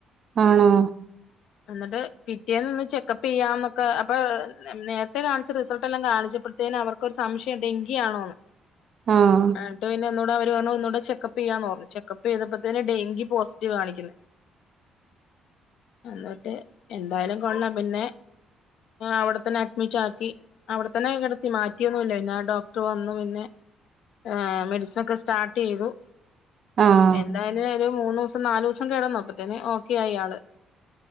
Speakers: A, on the right; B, on the left.
A: ആണോ?
B: എന്നിട്ട് പിറ്റേന്ന് വന്ന് ചെക്കപ്പ് ചെയ്യാംന്നൊക്കെ അപ്പൊ നേരത്തെ കാണിച്ച റിസൾട്ട് എല്ലാം കാണിച്ചപ്പോഴ്ത്തേനും അവർ- ക്ക് ഒരു സംശയം ഡെങ്കിയാണോന്ന്?
A: ആഹ്.
B: ഇങ്ങട്ട് പിന്നെ ഒന്നൂടെ അവര് പറഞ്ഞു ഒന്നൂടെ ചെക്കപ്പ് ചെയ്യാന്ന് പർഞ്ഞു. ചെക്കപ്പ് ചെയ്തപ്പോത്തിന് ഡെങ്കി പോസിറ്റീവ് കാണിക്കുന്നെ. എന്നിട്ട് എന്തായാലും കൊള്ളാം പിന്നെ അവിടെത്തന്നെ അഡ്മിറ്റ് ആക്കി. അവിടെത്തന്നെ അങ്ങ് കിടത്തി മാറ്റിയൊന്നുല്ല, പിന്നെ ഡോക്ടർ വന്നു. പിന്നെ, ആഹ്, മെഡിസിൻ ഒക്കെ സ്റ്റാർ- ട്ട് ചെയ്തു.
A: ആഹ്
B: എന്തായാലു ഒരു മൂന്നൂസം നാലൂസം കെടന്നു അപ്പത്തന്നെ ഓക്കെ ആയി ആള്.